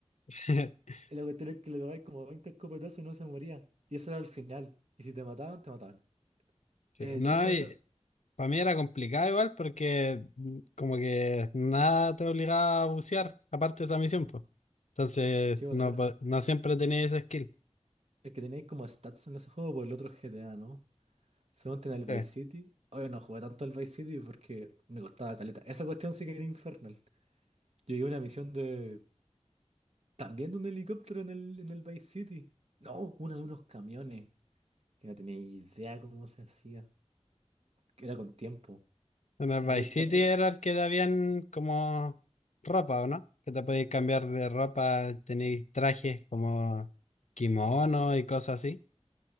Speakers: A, on the left; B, on the right.
A: <laughs>
B: Y la cuestión es que le pegáis como 20 escopetazos y no se moría. Y eso era el final. Y si te mataban, te mataban.
A: Sí,
B: Eh,
A: No,
B: de hecho, eso,
A: para mí era complicado igual porque mm, como que nada te obligaba a bucear, aparte de esa misión, pues. Entonces,
B: chivo,
A: no,
B: de veras.
A: po- no siempre tenía ese skill.
B: Es que tenéis como stats en ese juego por el otro GTA, ¿no? Solamente en el Vice
A: Sí.
B: City. Oye, no jugué tanto al Vice City porque me costaba caleta. Esa cuestión sí que era infernal. Yo llegué a una misión de. También de un helicóptero en el, en el Vice City. No, una de unos camiones. Que no tenía idea cómo se hacía. Que era con tiempo.
A: En el
B: Me...
A: Vice
B: ca-
A: City
B: era-
A: era el que te habían como ropa, ¿o no? Que te podías cambiar de ropa, tenéis trajes como kimono y cosas así.